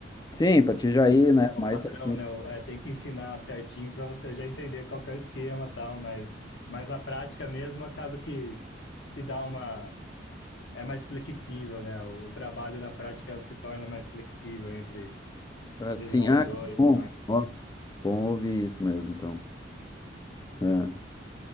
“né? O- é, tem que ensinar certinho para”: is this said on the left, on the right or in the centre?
Left